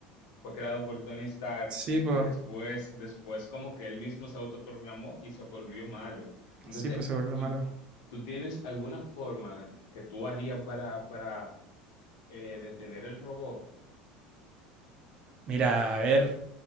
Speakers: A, on the left (about 70°); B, on the right (about 25°).
A: fue creado por Tony Stark
B: Sí, pues,
A: y después, después como que él mismo se autoprogramó y se volvió malo. Entonces,
B: sí, pues se volvió
A: tú,
B: malo.
A: ¿Tú tienes alguna forma que tú harías para, para eh, detener el robot?
B: Mira, a ver,